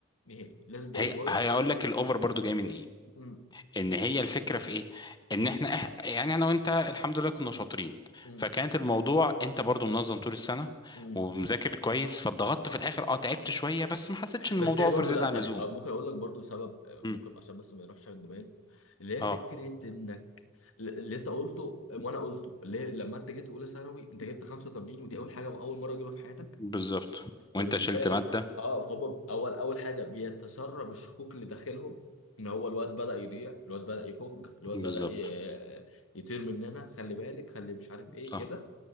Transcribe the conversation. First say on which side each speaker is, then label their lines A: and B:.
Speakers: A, on the left; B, on the left.
A: نهائي لازم ده
B: هي
A: يتغير
B: هيقول لك الاوفر برضو جاي من ايه
A: م-
B: ان
A: م-
B: هي الفكره في ايه ان احنا إح... يعني انا وانت الحمد لله كنا شاطرين
A: م-
B: فكانت الموضوع انت برضو منظم طول السنه
A: مم.
B: ومذاكر كويس فاتضغطت في الاخر اه تعبت شويه بس ما حسيتش ان الموضوع
A: بس هي
B: اوفر
A: برضو
B: زياده
A: لا سوري
B: عن اللزوم
A: أو ممكن اقول لك برضو سبب آه، ممكن
B: مم.
A: عشان بس ما يروحش على الجمال اللي هي
B: اه
A: فكره انك اللي انت قلته وانا قلته اللي هي لما انت جيت اولى ثانوي انت جبت 85 ودي اول حاجه اول مره اجيبها في حياتك
B: بالظبط
A: فبالنسبه
B: وانت شلت
A: لك
B: ماده
A: اه فهم اول اول حاجه بيتسرب الشكوك اللي داخلهم ان هو الواد بدا يضيع الواد بدا يفك الواد
B: بالظبط
A: بدا ي- يطير مننا خلي بالك خلي مش عارف ايه
B: صح
A: كده